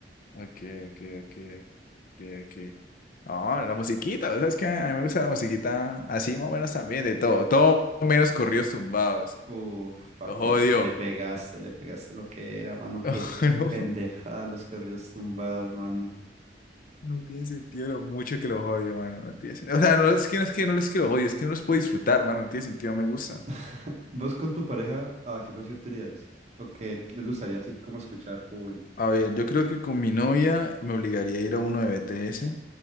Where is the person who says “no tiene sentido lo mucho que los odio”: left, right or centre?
Left